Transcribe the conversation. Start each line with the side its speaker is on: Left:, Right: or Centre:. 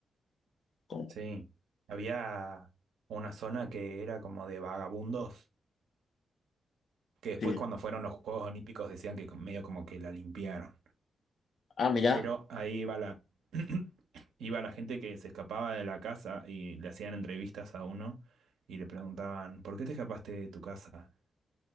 Left: Como-
Right: sí. Había una zona que era como de vagabundos, que después
Left: sí.
Right: cuando fueron los Juegos Olímpicos decían que medio como que la limpiaron.
Left: Ah, mirá.
Right: Pero ahí iba la, <coughs> <clears throat> iba la gente que se escapaba de la casa y le hacían entrevistas a uno y le preguntaban, ¿por qué te escapaste de tu casa?